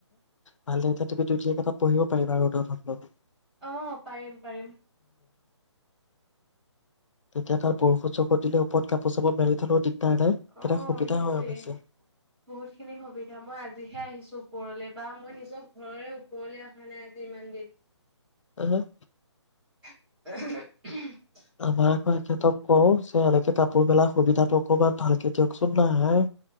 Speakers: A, on the left; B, in the centre.
A: ভালেই, এতিয়া তুমি ধুনীয়াকে তাত পঢ়িব পাৰিবা ৰ'দৰ তাপত।
B: অ পাৰিম, পাৰিম।
A: তেতিয়া তাত বৰষুৎ চকত দিলে ওপৰত কাপোৰ চাপোৰ মেলি থলেও দিগদাৰ নাই তেতিয়া
B: অ
A: সুবিধা
B: সেইটোৱে
A: হয় অৱশ্যে
B: বহুত খিনি সুবিধা মই আজিহে আহিছো ওপৰলে বা মই নিজৰ ঘৰৰে ওপৰলৈ অহা নাই আজি ইমান দিন
A: হেল্ল'
B: উ <unintelligible>
A: আমাৰ আকৌ এখেতৰ পষ্ট এনেকে কাপোৰ মেলাৰ সুবিধাটো অকণমান ভালকে দিয়কচোন, নাই